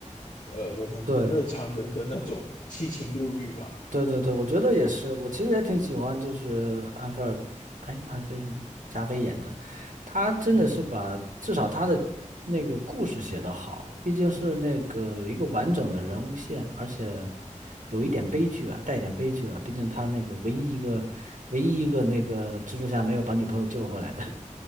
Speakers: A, on the left; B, on the right.
A: 呃我们日常人的那种七情六欲吧。
B: 对，对对对，我觉得也是，
A: 对，
B: 我其实也挺喜欢，就是安菲尔，哎，安菲什么加菲演的，他真的是把至少他的那个故事写得好，
A: 嗯。
B: 毕竟是那个有一个完整的人物线，而且有一点悲剧了，带一点悲剧了，毕竟他那个唯一一个唯一一个那个蜘蛛侠没有把女朋友救回来的，